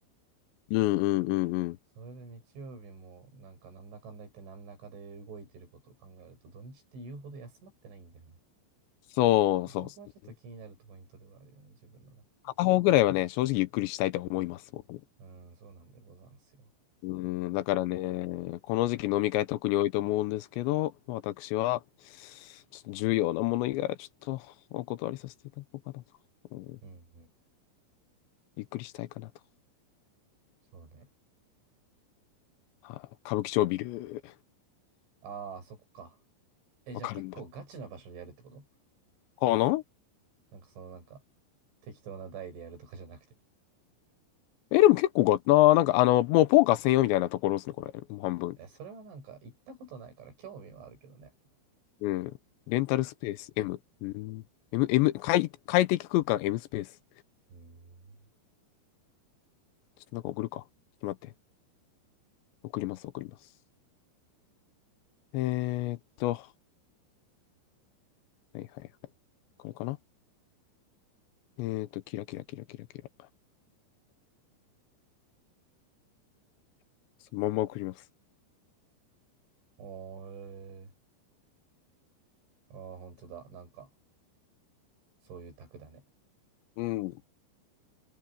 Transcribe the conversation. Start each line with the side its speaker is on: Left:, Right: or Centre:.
Left: うんうんうんうん。
Right: それで日曜日も、なんか、なんだかんだ言って、何らかで動いてることを考えると、土日って言うほど休まってないんだよな。だ
Left: そうそうっすね。
Right: からそこはちょっと気になるポイントではあるよね、自分の中。
Left: 片方くらいはね、正直ゆっくりしたいと思います、僕も。
Right: うん、そうなんでござんすよ。
Left: うん、だからね、この時期飲み会特に多いと思うんですけど、私は、ちょっと重要なもの以外はちょっとお断りさせていただこうかなと。うん、
Right: うんうん、
Left: ゆっくりしたいかなと。
Right: そうね。
Left: はい歌舞伎町ビル、
Right: あー、そこか。え、じゃあ結構ガチな場所でやるってこと
Left: わかるんだ。かな
Right: なんか、そのなんか、適当な台でやるとかじゃなくて。
Left: え、でも結構が、なあ、なんかあの、もうポーカー専用みたいなところですね、これ。もう半分。
Right: え、それはなんか行ったことないから興味はあるけどね。
Left: うん。レンタルスペース M。うん。M、M、快、快適空間 M スペース。
Right: うーん。
Left: ちょっとなんか送るか。ちょっと待って。送ります、送ります。えーっと、はいはいはい。これかなえーっと、キラキラキラキラキラ。そのまんま送ります。
Right: おー、えー、ああ、本当だ。なんか、そういう卓だね。
Left: うん。